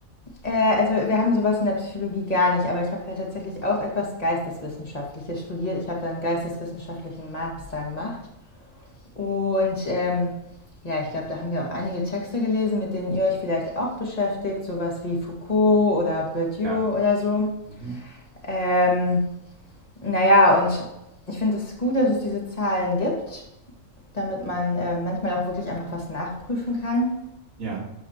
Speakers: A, on the left; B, on the right.
A: Äh, also wir haben sowas in der Psychologie gar nicht, aber ich habe halt tatsächlich auch etwas Geisteswissenschaftliches studiert. Ich habe dann einen geisteswissenschaftlichen Master gemacht. Und ähm, ja, ich glaube, da haben wir auch einige Texte gelesen, mit denen ihr euch vielleicht auch beschäftigt, sowas wie Foucault oder Bourdieu
B: ja.
A: oder so.
B: Mhm.
A: Ähm, naja, und ich finde es gut, dass es diese Zahlen gibt, damit man äh, manchmal auch wirklich einfach was nachprüfen kann.
B: Ja.